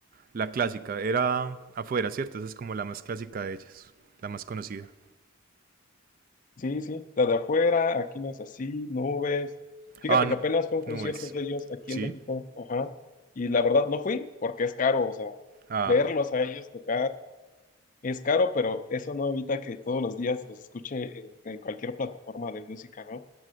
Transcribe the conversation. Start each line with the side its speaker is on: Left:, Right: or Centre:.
Right: la clásica. Era afuera, ¿cierto? Esa es como la más clásica de ellas. La más conocida.
Left: Sí, sí, la de afuera, Aquí no es así, Nubes. Fíjate
Right: Ah, no,
Left: que apenas fue un concierto
Right: no es.
Left: de ellos aquí
Right: ¿Sí?
Left: en México, ajá. Y la verdad no fui porque es caro, o sea,
Right: Ah.
Left: verlos a ellos tocar es caro, pero eso no evita que todos los días los escuche en, en cualquier plataforma de música, ¿no?